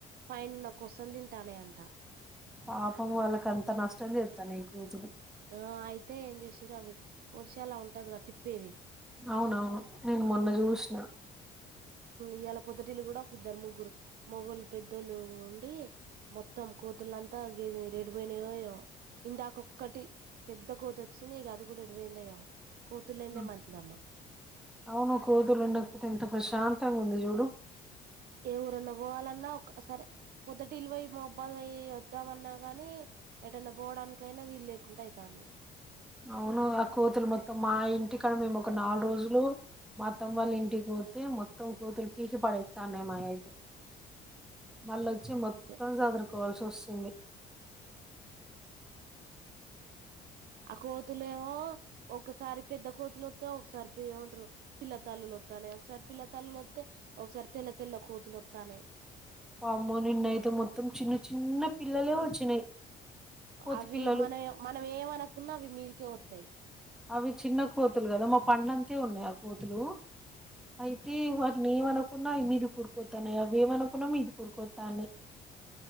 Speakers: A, on the right (about 65°); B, in the centre.
A: పైనున్న కొసలు తింటానయ అంట
B: పాపం వాళ్ళకి అంత నష్టం చేస్తానాయ్ కోతులు
A: ఆ అయితే ఏం చేసిర్రు. అవి ఒడిశాలా ఉంటది కదా తిప్పేది
B: అవునవును నేను మొన్న చూసిన
A: ఇవాళ పొద్దుటీలు కూడా ఒక ఇద్దారు ముగ్గురు మొగోళ్లు పెద్దోళ్ళు ఉండి, మొత్తం కోతులంతా గేదిమిర్రు ఎటుపోయినాయో ఏమో ఇందాక ఒకటి పెద్ద కోత వచ్చింది. అది కూడా ఎటు పోయిందో ఏమో కోతులు లేనిదే
B: ఆ
A: మంచిదమ్మ
B: అవును కోతులు ఉండకపోతే ఎంత ప్రశాంతంగా ఉంది. చూడు
A: ఏ ఊరన్నా పోవాలన్నా ఒక్ సరే పోద్దటిలి పోయి మహాబాద్ పోయి వద్దామన్నా గానీ ఎటైనా పోవడానికైనా వీలు లేకుండా అయితంది.
B: అవును ఆ కోతులు మొత్తం మా ఇంటికాడ మేము, ఒక నాలుగు రోజులు మా అత్తమ్మా వాళ్ళ ఇంటికి పోతే, మొత్తం కూతులు పీకి పడేత్తానయ్ మొత్తం మా అయితే మళ్ళా వచ్చి మొత్తం
A: అంతే
B: సదురు కోవాల్సి వస్తుంది.
A: ఆ కోతులు ఏమో ఒకసారి పెద్ద కోతులు వత్తే, ఒకసారి ఏమంటరు పిల్లతల్లులు వత్తనాయి. ఒకసారి పిల్ల తల్లులు వత్తే ఒకసారి తెల్ల తెల్ల కోతులు వత్తనాయి.
B: వామో నిన్నయితే మొత్తం చిన్న చిన్న పిల్లలే వచ్చినాయి. కోతి
A: అవి
B: పిల్లలు
A: మనం మనం ఏమనుకున్నా అవి మీదికే వా వత్తాయ్
B: అవి చిన్న కోతులు కదా మా పండు అంతే ఉన్నాయి. అవి కోతులు అయితే వ నేను ఏమి అనుకున్నా అవి మీది ఊరుకోతానాయ్ అవి ఏమనుకున్నా మీది ఊరుకోకతానాయ్